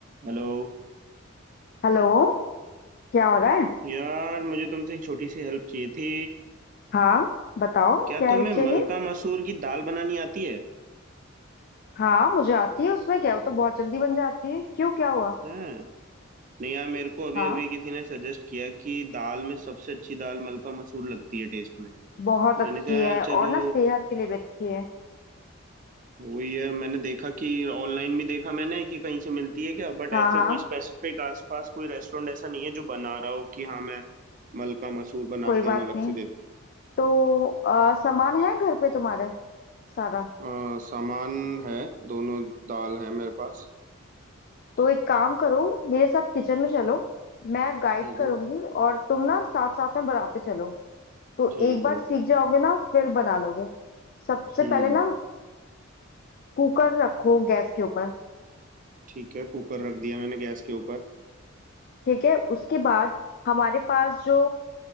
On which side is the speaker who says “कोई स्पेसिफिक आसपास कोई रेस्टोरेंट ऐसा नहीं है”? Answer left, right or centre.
Right